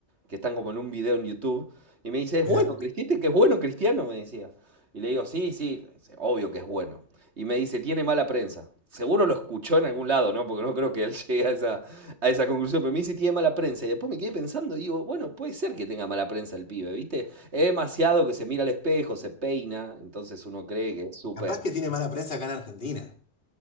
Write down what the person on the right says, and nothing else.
que están como en un video en YouTube. Y me dice, es
bueno, Cristiano, que es bueno Cristiano, me decía. Y le digo, sí, sí, obvio que es bueno y me dice, tiene mala prensa. Seguro lo escuchó en algún lado, ¿no? Porque no creo que él <laughs> llegue a esa, a esa conclusión, pero me dice, tiene mala prensa. Y después me quedé pensando y digo, bueno, puede ser que tenga mala prensa el pibe, ¿viste? Es demasiado que se mira al espejo, se peina, entonces uno cree que es súper...